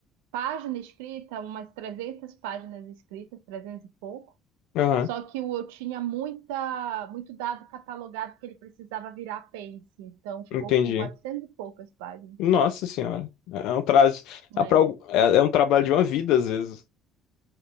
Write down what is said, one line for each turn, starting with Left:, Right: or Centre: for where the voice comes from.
Right: página escrita, umas 300 páginas escritas, 300 e pouco.
Left: aham,
Right: Só que o eu tinha muita, muito dado catalogado que ele precisava virar apêndice, então ficou
Left: entendi.
Right: com 400 e poucas páginas.
Left: Nossa senhora, é um traje,
Right: É.
Left: é pra algu- é- é um trabalho de uma vida às vezes.